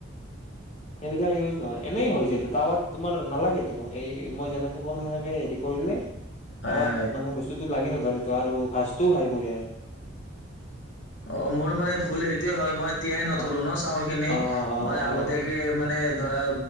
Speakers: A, on the left; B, on the left.
A: সেইবিলাক নহয় এনেই হৈ যায়ো তাৱাত তোমাৰ নালাগেতো এই মই যেনেকে কলো সেনেকে হেৰি কৰিলে
B: হয়
A: তাৱাত
B: হয়
A: মানে বস্তুতো লাগি ন <unintelligible>
B: অ মোৰ মানে ভুল <unintelligible> স হ'ল মই এতিয়াই নথলো
A: অ
B: ন চাউল খিনি
A: অ অ
B: মই আগতীয়াকে
A: অ
B: মানে ধৰা